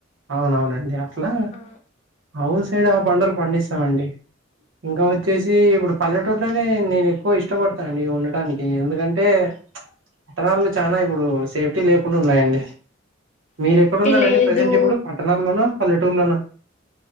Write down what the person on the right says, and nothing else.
అవునవునండి అట్లా
అవు సైడ్ ఆ పండలు పండిస్త స్త అండి ఇంకా
వచ్చేసీ ఇప్పుడు పల్లెటూర్ ట్లనే నేను ఎక్కువ ఇష్టపడతానండి ఉండటానికి ఎందుకంటే ప్చ్ పట్టణాల్లో చానా ఇప్పుడూ సేఫ్టీ లేకుండ ఉన్నాయండి. మీరు
ఎక్కడ ఉన్నారండి
ప్రజెంట్ ఇప్పుడు. పట్టణాల్లోనా పల్లెటూరులోనా